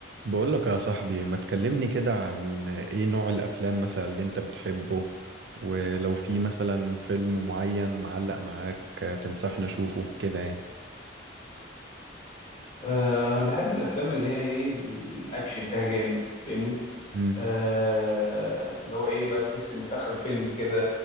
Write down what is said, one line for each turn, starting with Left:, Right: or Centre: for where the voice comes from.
Right: بقولك يا صاحبي ما تكلمني كده عن ايه نوع الافلام مثلا اللي انت بتحبه ولو في مثلا فيلم معين معلق معاك تنصحني اشوفه كده يعني
Left: آه، انا بحب الافلام اللي هي ايه الاكشن فيها جامد فاهمني
Right: مم.
Left: آه، اللي هو ايه بقى تحس ان في اخر الفيلم كده